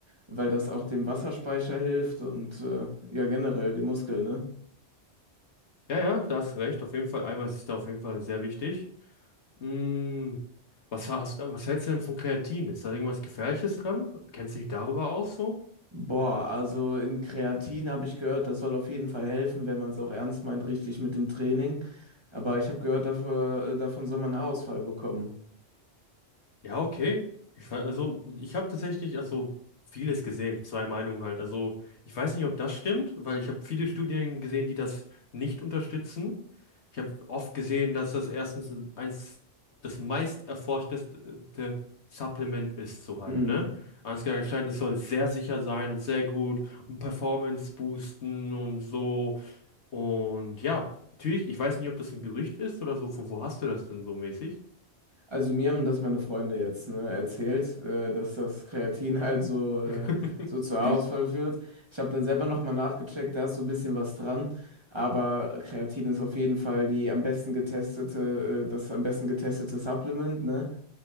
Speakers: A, on the right (about 25°); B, on the left (about 80°).
A: weil das auch dem Wasserspeicher hilft und äh, ja generell die Muskeln, ne?
B: Ja, ja, da hast du recht. Auf jeden Fall, Eiweiß ist da auf jeden Fall sehr wichtig. Mm, was hast, was hältst du denn von Kreatin? Ist da irgendwas Gefährliches dran? Kennst du dich darüber aus so?
A: Boah, also in Kreatin habe ich gehört, das soll auf jeden Fall helfen, wenn man es auch ernst meint, richtig mit dem Training. Aber ich habe gehört, dafür, äh, davon soll man einen Haarausfall bekommen.
B: Ja, okay. Ich, we- also, ich habe tatsächlich also vieles gesehen, zwei Meinungen halt. Also, ich weiß nicht, ob das stimmt, weil ich habe viele Studien gesehen, die das nicht unterstützen. Ich habe oft gesehen, dass das erstens eins das meist erforschteste Supplement ist, so halt,
A: Mhm.
B: ne? Ansgar anscheinend, es soll sehr sicher sein und sehr gut und Performance boosten und so. Und ja, natürlich, ich weiß nicht, ob das ein Gerücht ist oder so. Von wo hast du das denn so mäßig?
A: Also mir haben das meine Freunde jetzt, ne, erzählt, äh, dass das Kreatin <laughs> halt so, äh,
B: <laughs>
A: so zu Haarausfall führt. Ich habe dann selber nochmal nachgecheckt, da ist so ein bisschen was dran. Aber Kreatin ist auf jeden Fall die am besten getestete, äh, das am besten getestete Supplement, ne?